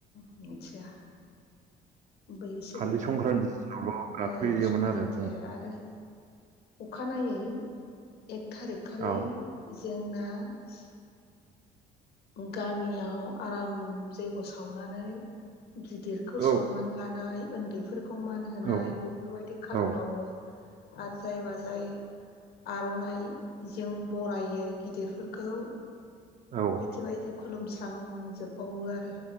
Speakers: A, on the left (about 70°); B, on the right (about 45°).
A: मिथिया बैसोमो
B: खालि संक्रान्ति दिनावल' गाखोयोमोन
A: ओ संक्रान्ति
B: आरो जों
A: आरो अखानायै एक थारिक खालि
B: औ
A: जोंना आ गामियाव आराम जैग्य सावनानै गिदिरखौ
B: औ
A: सनमान लानाय उन्दैफोरखौ समान होनाय
B: औ
A: बेफोरबायदि खालामबावो
B: औ
A: आरो जायब जाय आर'नाइजों बरायो गिदिरफोरखौ
B: औ
A: बिदि बायदि खुलुमस्रांजोबबावो आरो